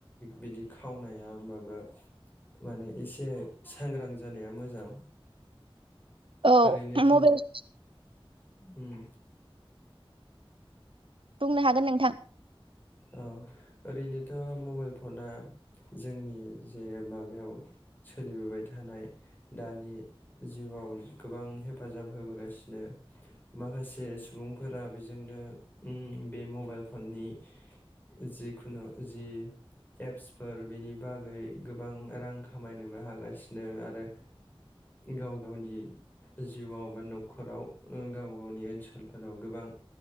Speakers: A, on the left (about 20°); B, on the right (about 65°).
A: बिदि खावनाया होनबाबो माने एसे सांग्रां जानाया मोजां
B: औ
A: ओरैनोथ'
B: मबाइल
A: उम
B: बुंनो हागोन नोंथां
A: औ ओरैनोथ' मबाइल फना जोंनि जे माबायाव सोलिबोबाय थानाय दानि जिउआव गोबां हेफाजाब होबोगासिनो माखासे सुबुंफोरा बेजोंनो बे मबाइल फननि जिखुनु जि एप्सफोर बेनि बागै गोबां रां खामायनोबो हागासिनो आरो गाव गावनि जिउआव बा न'खराव गाव गावनि ओनसोलफोराव गोबां